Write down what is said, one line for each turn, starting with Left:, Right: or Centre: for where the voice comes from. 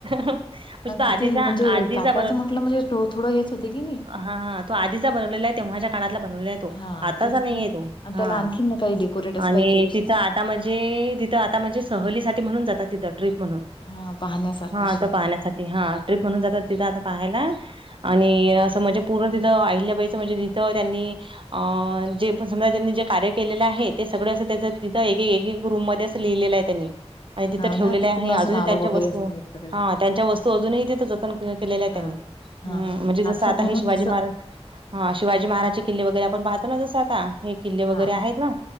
Right: म्हणजे तो आधीचा
Left: कि म्हणजे
Right: आधीचा
Left: काचंच म्हटलं म्हणजे थोड हेच होतं. तिघींनी
Right: हा हा, तो आधीचा बनवलेला आहे, तेव्हाच्या काळातला बनवलेला आहे.
Left: हा
Right: आताचा
Left: तेच
Right: नाहीये
Left: ना
Right: तो,
Left: आणि
Right: हा,
Left: त्याला आणखीन काही डेकोरेट असं
Right: आणि
Left: काही केलं
Right: तिथ आता म्हणजे ते तिथं आता म्हणजे सहलीसाठी म्हणून जातात तिथं ट्रीप म्हणून.
Left: हा पाहण्यासारखं
Right: हा
Left: अशी
Right: आता पाहण्यासाठी, हा ट्रीप म्हणून जातात तिथं आता पाहायला. आणि असं म्हणजे पूर्ण तिथं आहिल्या बाइचं म्हणजे तिथं त्यांनी अ जे पण समजा ज्यांनी जे कार्य केलेलं आहे, ते सगळं असं त्याचं तिथं एक एक रूममध्ये असं लिहिलेलं आहे त्यांनी.
Left: हा
Right: तिथ ठेवलेलं
Left: ना ती
Right: आहे
Left: पूर्ण असं
Right: अजूनही
Left: नावं
Right: त्यांच्या
Left: वगैरे
Right: वस्तू,
Left: असतील एक तर काही
Right: हं त्यांच्या वस्तू अजूनही तिथं जतन केलेलं आहे
Left: हा
Right: त्यांनी,
Left: हा
Right: हं
Left: हा
Right: म्हणजे
Left: आठवण
Right: जसं आता
Left: म्हणून
Right: हे शिवाजी
Left: जसं
Right: महाराज हा शिवाजी महाराजचे किल्ले वगैरे आपण पाहतो ना जसं आता हे किल्ले
Left: हा
Right: वगैरे आहेत ना,